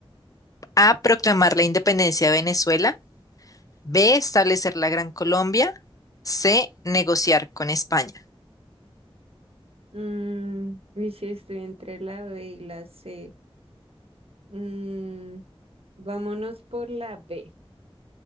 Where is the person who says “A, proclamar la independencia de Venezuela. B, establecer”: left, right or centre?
Left